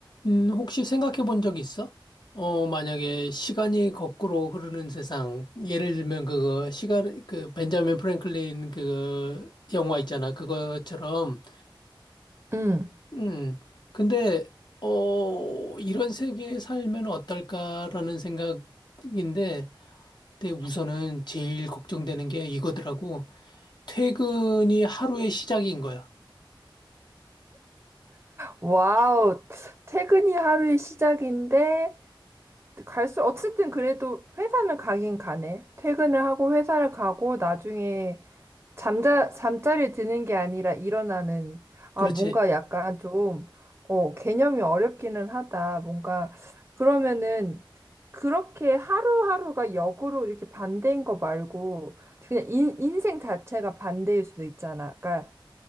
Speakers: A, on the left; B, on the right.
A: 음, 혹시 생각해 본 적 있어? 어, 만약에 시간이 거꾸로 흐르는 세상, 예를 들면 그거, 시간, 그, 벤자민 프랭클린 그거, 영화 있잖아. 그거처럼,
B: 응
A: 음, 근데, 어, 이런 세계에 살면 어떨까라는 생각인데, 근데 우선은 제일 걱정되는 게 이거더라고. 퇴근이 하루의 시작인 거야.
B: 와우. 퇴근이 하루의 시작인데, 갈수, 어쨌든 그래도 회사는 가긴 가네. 퇴근을 하고 회사를 가고, 나중에 잠자, 잠자리에 드는 게 아니라 일어나는, 아,
A: 그렇지,
B: 뭔가 약간 좀, 어, 개념이 어렵기는 하다. 뭔가, 그러면은, 그렇게 하루하루가 역으로 이렇게 반대인 거 말고, 그냥 인, 인생 자체가 반대일 수도 있잖아. 그러니까,